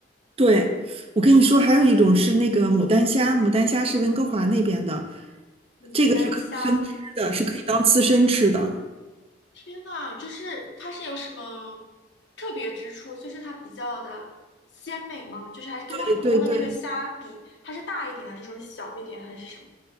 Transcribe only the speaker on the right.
对，我跟你说，还有一种是那个牡丹虾，牡丹虾是温哥华那边的，
这个是可以生吃的，
是可以当刺身吃的。
对对对